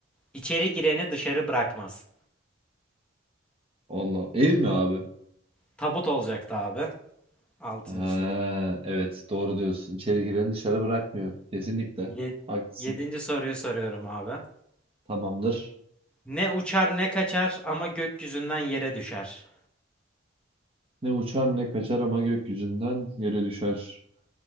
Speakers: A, in the centre; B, on the right.
A: İçeri gireni dışarı bırakmaz.
B: Allah. Ev mi abi?
A: Tabut olacaktı abi. Altıncı
B: Ha,
A: soru.
B: evet doğru diyorsun. İçeri gireni dışarı bırakmıyor. Kesinlikle.
A: Ye-
B: Haklısın.
A: yedinci soruyu soruyorum abi.
B: Tamamdır.
A: Ne uçar ne kaçar ama gökyüzünden yere düşer.
B: Ne uçar ne kaçar ama gökyüzünden yere düşer.